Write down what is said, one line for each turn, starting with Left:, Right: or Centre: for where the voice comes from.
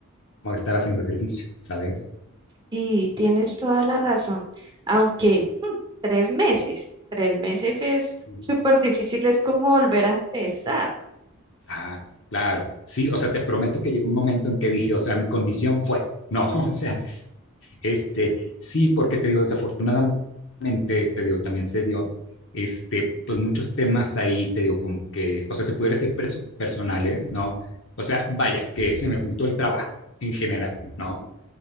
Left: como estar haciendo ejercicio, ¿sabes?
Right: Sí, tienes toda la razón. Aunque mm, tres meses, tres meses es
Left: Sí.
Right: súper difícil, es como volver a empezar.
Left: Claro, claro. Sí, o sea, te prometo que llegó un momento en que dije, o sea, mi condición fue, no, <laughs> o sea, este, sí, porque te digo, desafortunadamente, te digo, también se dio, este, pues muchos temas ahí, te digo, como que, o sea, se pudiera ser perso- personales, ¿no? O sea, vaya, que se me juntó el trabajo en general, ¿no?